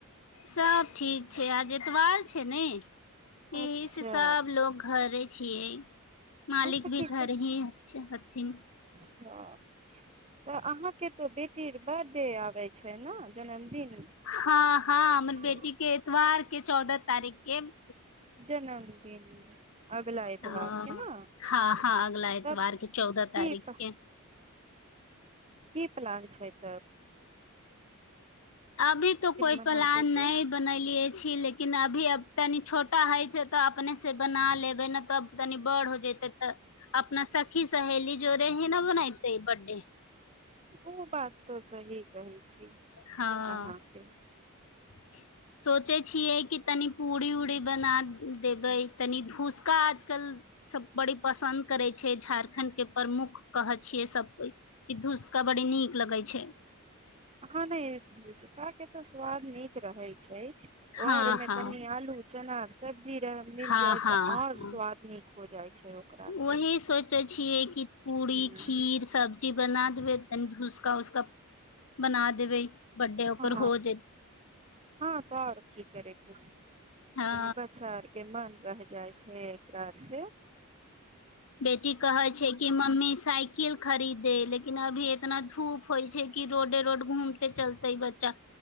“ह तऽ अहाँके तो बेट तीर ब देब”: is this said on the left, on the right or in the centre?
Right